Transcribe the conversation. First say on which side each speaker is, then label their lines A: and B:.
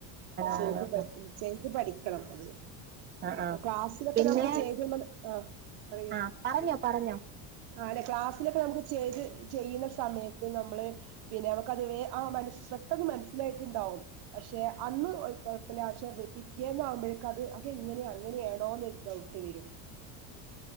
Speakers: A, on the right; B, on the right.
A: ചെയ്ത്
B: ആണാണ്
A: ചെയ്ത് പഠിക്കണം അത്
B: ആഹ് ആഹ്
A: ക്ലാസിലക്കെ
B: പിന്നെ
A: നമുക്ക് ചെയ്ത ആ പറയൂ
B: ആ പറഞ്ഞോ പറഞ്ഞോ
A: ആ അല്ലെ ക്ലാസ് ഇതിലക്കെ നമുക്ക് ചെയ്ത് ചെയ്യുന്ന സമയത്ത് നമ്മള് പിന്നെ അവ കവേ ആ മനസ്ട്ട മന <inaudible> യിട്ടുണ്ടാവും പക്ഷെ അന്ന് കുഴപ്പില്ല പക്ഷെ പിറ്റേന്ന് ആകുമ്പോഴേക്ക അത് അത് എങ്ങനെ അങ്ങനെയാണോന്ന് ഡൌട്ട് വരും